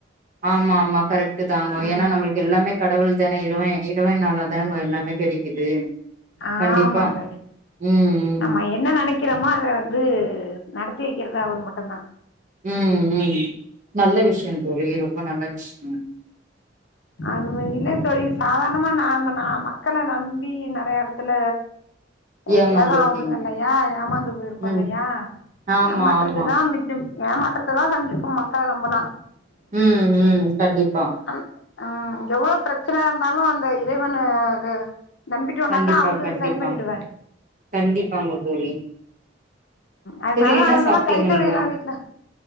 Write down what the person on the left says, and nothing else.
ம்
ஆமாங்க
தோழி
நம்ம என்ன நெனைக்கிறோமோ அத வந்து நடத்தி வெக்கிறது அவரு மட்டும்தா
அது நம்ம இல்லைங் தோழி சாதாரணமா நாம நா மக்கள நம்பி நறைய எடத்துல எ
சேதோ ஆவுதுங்கல்லையா ஏமாந்து போயிருக்கோ
இல்லையா
ஏமாற்றத்த
தா மிச்சம் ஏமாற்றத்த தா சந்திப்போம் மக்கள நம்புனா
அன் ஆ எவ்ளோ பிரச்சன இருந்தாலு அந்த இறைவன க நம்பிட்டோனாகா
அவரு
சரி பண்ணிடுவாரு
அது
மேல
அதுல
தா கை கழுவிட்றா
வீட்ல